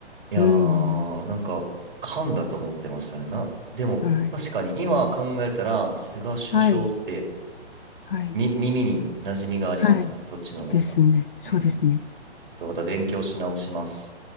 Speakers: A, on the right (about 50°); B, on the left (about 55°).
A: いやー、
B: うん。
A: なんか、噛んだと思ってましたね。な、でも、
B: はい。
A: 確かに今考えたら、菅首相って、
B: はい。はい。
A: み、耳に馴染みがありますね。
B: はい。
A: そっちの方が。
B: ですね。そうですね。
A: うん。ちょっとまた勉強し直します。